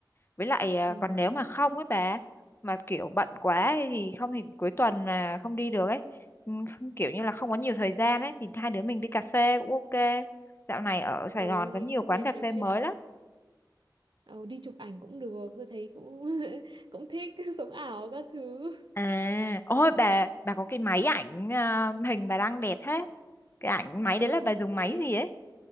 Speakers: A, on the left; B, on the right.
A: Với lại à,
B: ừ
A: còn nếu mà không ấy bà mà kiểu bận quá ấy thì không thì cuối tuần mà không đi được ấy. ừ, không- Kiểu như là không có nhiều thời gian ấy thì hai đứa mình đi cà phê cũng ok. Dạo này ở Sài
B: ờ
A: Gòn
B: thì
A: có nhiều
B: cà
A: quán
B: phê
A: cà
B: nói
A: phê
B: chuyện
A: mới
B: ha
A: lắm.
B: ờ đi chụp ảnh cũng được tôi thấy cũng <laughs> cũng thích <laughs> sống ảo các thứ
A: À, ôi bà bà có cái máy ảnh à, hình bà đang đẹp thế. Cái ảnh máy
B: ờ
A: đấy là bà
B: máy
A: dùng máy gì ấy?